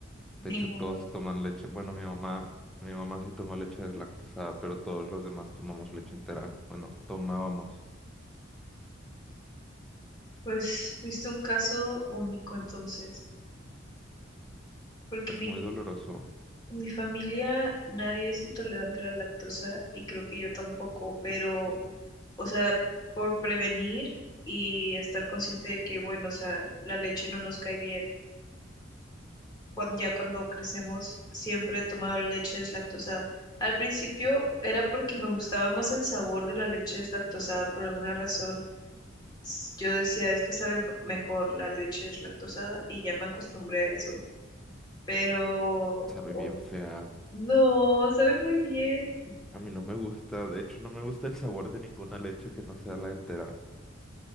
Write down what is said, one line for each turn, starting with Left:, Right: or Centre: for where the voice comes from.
Centre: de
Left: ninguno.
Centre: hecho todos toman leche. Bueno, mi mamá, mi mamá sí toma leche deslactosada, pero todos los demás tomamos leche entera. Bueno, tomábamos.
Left: Pues fuiste un caso único entonces, porque
Centre: Es
Left: mi,
Centre: muy doloroso,
Left: en mi familia nadie es intolerante a la lactosa y creo que yo tampoco, pero, o sea, por prevenir y estar consciente de que, bueno, o sea, la leche no nos cae bien bueno, ya cuando crecemos, siempre he tomado leche deslactosada. Al principio era porque me gustaba más el sabor de la leche deslactosada por alguna razón. S- Yo decía, es que sabe m- mejor la leche deslactosada y ya me acostumbré a eso. Pero
Centre: sabe
Left: o-
Centre: bien fea.
Left: no, sabe muy bien.
Centre: A mí no me gusta, de hecho no me gusta el sabor de ninguna leche que no sea la entera.